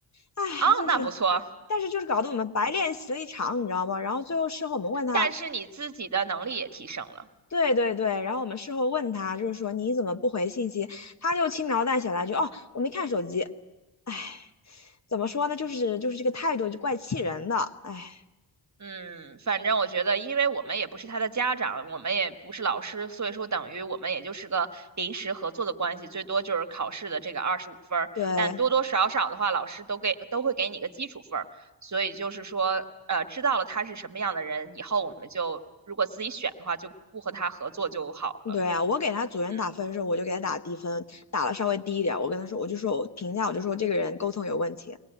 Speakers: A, on the left (about 35°); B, on the right (about 35°).
A: 哎，
B: 哦，
A: 就是，
B: 那不错，
A: 但是就是搞得我们白练习了一场，你知道吗？然后最后事后我们问他。
B: 但是你自己的能力也提升了。
A: 对对对，然后我们事后问他，就是说你怎么不回信息？他就轻描淡写来句哦，我没看手机。哎，怎么说呢？就是就是这个态度就怪气人的。哎，
B: 嗯，反正我觉得，因为我们也不是他的家长，我们也不是老师，所以说等于我们也就是个临时合作的关系，最多就是考试的这个二十五分儿，
A: 对
B: 但多多少少的话，老师都给都会给你个基础分儿，所以就是说，呃，知道了他是什么样的人以后，我们就如果自己选的话，就不和他合作就好了。
A: 对啊，我给他组员打分的时候，
B: 嗯，
A: 我就给他打低分，打了稍微低一点。我跟他说，我就说我评价，我就说这个人沟通有问题。